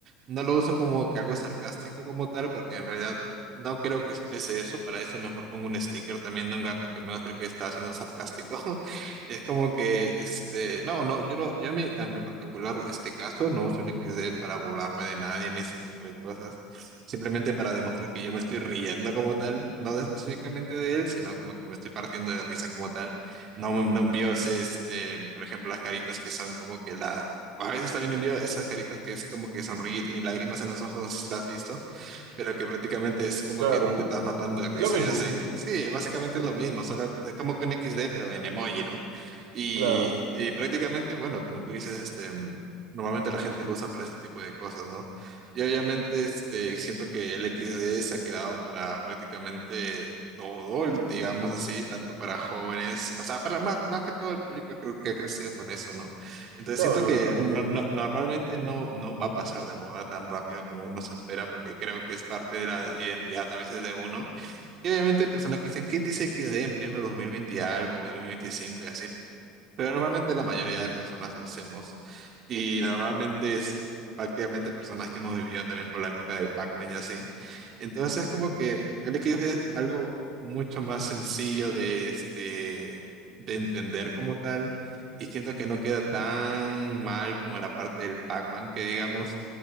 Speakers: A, on the right (about 45°); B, on the right (about 70°).
A: No lo uso como que algo sarcástico como tal, porque en realidad no creo que exprese eso. Para eso mejor pongo un sticker también de un gato que me muestre que está siendo sarcástico. <laughs> Y es como que, este, no, no, yo no, yo a mi, a mi particular este caso no uso el XD para burlarme de nadie ni ese tipo de cosas simplemente para demostrar que yo me estoy riendo como tal, no de- específicamente de él, sino como que me estoy partiendo de risa como tal. No, no envío, ese, este, por ejemplo, las caritas que son como que la... A veces también envío esas caritas que es como que sonríe y tiene lágrimas en los ojos, no sé si las has visto pero que prácticamente es como
B: claro,
A: que te estás matando de risa,
B: lo mismo,
A: ya sé. Sí, básicamente
B: sí,
A: es lo mismo, solo es como que un X D pero en emoji, ¿no? Y,
B: claro,
A: y prácticamente, bueno, como tú dices, este, mm, normalmente la gente lo usa para ese tipo de cosas, ¿no? Y obviamente, este, siento que el X D se ha quedado para prácticamente todo, digamos así, tanto para jóvenes, o sea, para más, más que todo el público creo que ha crecido con eso, ¿no? Entonces
B: claro,
A: siento
B: lo
A: que
B: de los dos
A: no-
B: mil
A: no- normalmente no, no va a pasar de moda tan rápido como uno se espera, porque creo que es parte de la identidad a veces de uno. Y obviamente hay personas que dicen, ¿quién dice XD en pleno 2020 y algo, 2025 y así? Pero normalmente la mayoría de personas lo hacemos. Y normalmente es prácticamente personas que hemos vivido también por la época del Pac-Man y así. Entonces es como que el Liquid es algo mucho más sencillo de, este, de entender como tal. Y siento que no queda tan mal como la parte del Pac-Man que digamos.